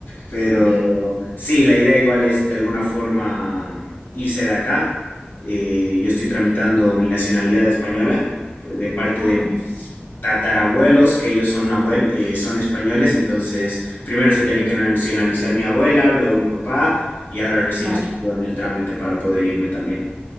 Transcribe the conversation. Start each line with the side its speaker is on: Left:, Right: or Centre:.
Left: pero
Right: <laughs>
Left: sí, la idea igual es de alguna forma irse de acá. Eh, yo estoy tramitando mi nacionalidad española pues, de parte
Right: Oh,
Left: de mis tatarabuelos, que ellos son, abuel eh, son españoles, entonces primero se tenía que nacionalizar mi abuela, luego mi papá, y ahora recién
Right: claro.
Left: estoy yo en el trámite para poder irme también.